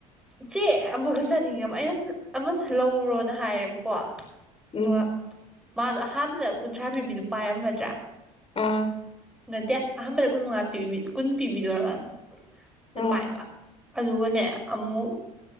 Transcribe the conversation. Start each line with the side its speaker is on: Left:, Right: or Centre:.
Centre: ꯆꯦ ꯑꯃꯒ ꯆꯥꯅꯤꯡꯉꯦꯕ ꯑꯩꯅ ꯑꯃꯁꯦ ꯂꯧꯔꯣꯅ ꯍꯥꯏꯌꯦꯕꯀꯣ
Left: ꯎꯝ
Centre: ꯑꯗꯨꯒ ꯃꯥꯗꯣ ꯑꯍꯥꯟꯕꯗ ꯀꯨꯟꯊ꯭ꯔꯥ ꯄꯤꯕꯤꯗꯨ ꯄꯥꯏꯔꯝꯃꯗ꯭ꯔꯥ
Left: ꯑꯥ
Centre: ꯅꯠꯇꯦ ꯑꯍꯥꯟꯕꯗ ꯀꯨꯟ ꯃꯉꯥ ꯄꯤꯕꯤ ꯀꯨꯟ ꯄꯤꯕꯤꯗꯣ ꯑꯣꯏꯔ ꯃꯥꯟꯂꯦ ꯑꯗꯨ
Left: ꯑꯥ
Centre: ꯄꯥꯏꯕ ꯑꯗꯨꯒꯅꯦ ꯑꯃꯨꯛ